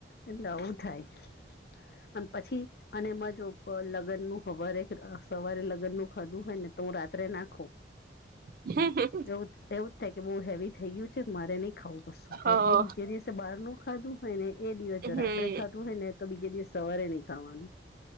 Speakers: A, on the left; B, on the right.
A: એટલે આવું થાય અને પછી અને એમાં જો અહ લગ્નનું હવારે સવારે લગ્નનું ખાધું હોય ને તો હ રાત્રે નાખો <inaudible>
B: હે.
A: એવું જ થાય કે બહુ હેવી થઈ ગયું છે મારે નહી ખાવું પું
B: હા
A: એ નીચે દિવસે બહાર નું ખાધું હોયને એ દિવસે
B: હમ
A: રાત્રે ખાધૂ હોય ને તો બીજે દિવસ સવારે નહી ખાવાનું.